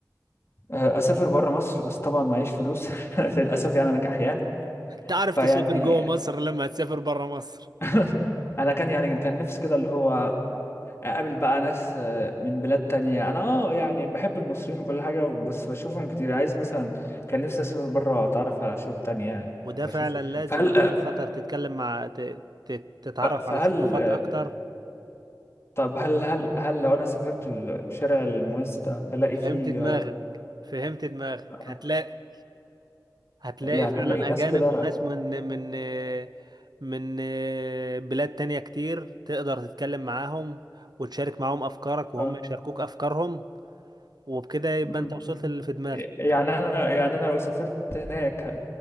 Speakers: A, on the left; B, on the right.
A: آه، اسافر بره مصر بس طبعا معيش فلوس <laughs> للاسف يعني انا كحيان
B: انت عارف
A: فيعني
B: تسافر جوه مصر لما هتسافر بره مصر
A: <laughs> انا كان يعني كان نفسي كده اللي هو اقابل بقى ناس آه، من بلاد تانية انا اه يعني بحب المصريين وكل حاجة بس بشوفهم كتير يعني عايز مثلا كان نفسي اسافر بره اتعرف على شعوب تانية
B: وده
A: واشوف
B: فعلا لازم
A: فهل
B: عشان
A: آه،
B: خاطر تتكلم مع ت... ت... تتعرف
A: ف- فهل
B: على ثقافات
A: آه،
B: اكتر
A: طب هل هل هل لو انا سافرت الشارع المعز ده هلاقي
B: فهمت
A: فيه
B: دماغك
A: آه،
B: فهمت دماغك
A: اه
B: هتلاقي هتلاقي
A: يعني
B: فعلا
A: هلاقي ناس
B: أجانب
A: كده
B: وناس من من من بلاد تانية كتير تقدر تتكلم معاهم وتشارك معاهم أفكارك وهم
A: اه
B: يشاركوك أفكارهم وبكده يبقى
A: امم
B: أنت وصلت اللي في دماغك
A: يعني انا يعني انا لو سافرت هناك